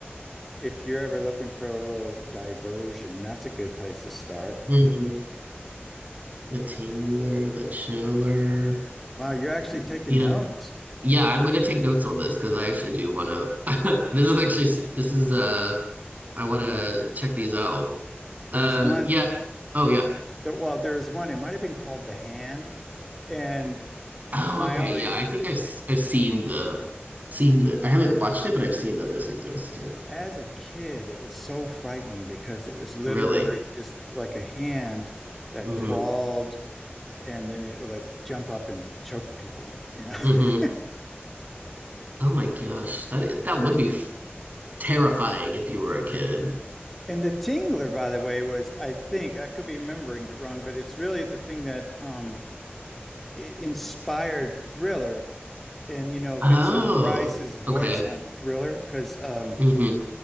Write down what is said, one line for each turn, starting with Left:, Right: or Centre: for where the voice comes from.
Centre: if you're ever looking for a little diversion, that's a good place to start.
Right: hmm The Tingler, the Chiller.
Centre: Wow, you're actually taking
Right: Yeah,
Centre: notes.
Right: Yeah, I'm going to take notes on this because I actually do want to. <laughs> This is actually this is uh I want to check these out. Um
Centre: There's one
Right: yeah. Oh yeah.
Centre: that, well, there was one, it might have been called The Hand. And
Right: Oh
Centre: my
Right: okay.
Centre: only,
Right: Yeah, I think I've s- I've seen the seen the I haven't watched it but I've seen that this exists. Yeah.
Centre: as a kid, it was so frightening because it was literally
Right: Really.
Centre: just like a hand that
Right: hmm
Centre: crawled and then it would like jump up and choke people, you know? <laughs>
Right: hmm Oh my gosh. That that would be f- terrifying if you were a kid.
Centre: And the tingler, by the way, was, I think, I could be remembering it wrong, but it's really the thing that um i- inspired Thriller and, you know,
Right: Oh.
Centre: Vincent Price's voice
Right: Okay.
Centre: on Thriller because um
Right: hmm